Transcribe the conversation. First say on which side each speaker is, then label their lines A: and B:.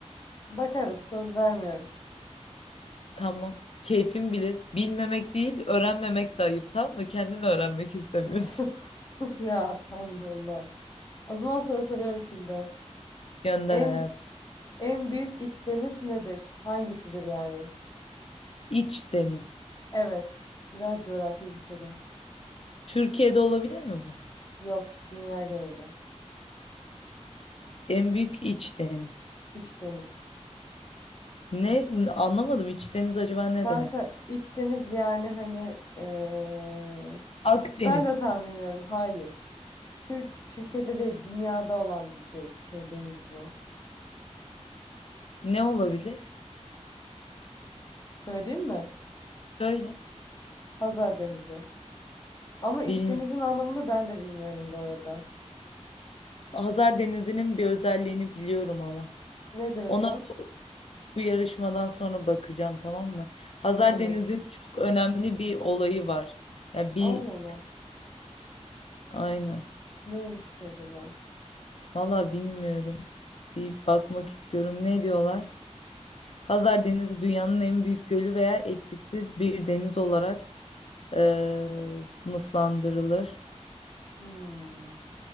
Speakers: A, on the left; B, on the left.
A: Bakarız, söz vermiyoruz.
B: Tamam. Keyfin bilir. Bilmemek değil, öğrenmemek de ayıp. Tamam mı? Kendini öğrenmek istemiyorsun.
A: <laughs> Sus ya, Allah Allah. O zaman soru soruyorum şimdi.
B: <laughs> Gönder
A: En
B: hayatım.
A: en büyük iç deniz nedir? Hangisidir yani?
B: İç deniz.
A: Evet, biraz coğrafi bir soru.
B: Türkiye'de olabilir mi bu?
A: Yok, dünya geneli.
B: En büyük iç deniz.
A: İç deniz.
B: Ne? Anlamadım. İç deniz acaba ne
A: Kanka,
B: demek?
A: iç deniz yani hani eee,
B: Akdeniz.
A: ben de tam bilmiyorum. Hayır. Türk Türkiye'de değil, dünyada olan bir ge- şey deniz bu.
B: Ne olabilir?
A: Söyleyeyim mi?
B: Söyle.
A: Hazar Denizi. Ama işlerinizin
B: Bilmiyorum.
A: anlamını ben de bilmiyorum bu arada.
B: Hazar Denizi'nin bir özelliğini biliyorum ama.
A: Nedir
B: Onu
A: hocam?
B: Bu yarışmadan sonra bakacağım tamam mı? Hazar
A: Tamam.
B: Deniz'in çok önemli bir olayı var. Ya bir
A: Allah Allah.
B: aynen.
A: Neymiş ki acaba?
B: Valla bilmiyorum. Bir bakmak istiyorum. Ne diyorlar? Hazar Denizi dünyanın en büyük gölü veya eksiksiz bir deniz olarak eee, sınıflandırılır.
A: Hmm.